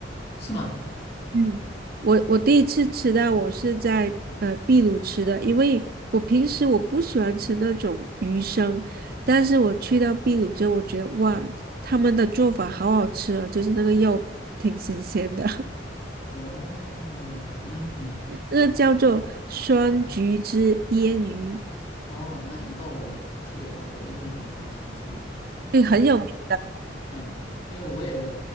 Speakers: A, on the left; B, on the right.
A: 是吗？
B: 嗯，我我第一次吃到，我是在呃秘鲁吃的，因为我平时我不喜欢吃那种鱼生，但是我去到秘鲁之后，我觉得哇，他们的做法好好吃哦，就是那个肉挺新鲜的。
A: 哦，嗯嗯，
B: 这个叫做酸橘汁腌鱼，
A: 哦，那以后我去的时候，我一定也想去尝试一下。
B: 对，
A: 因为。
B: 很有名。
A: 嗯，因为我也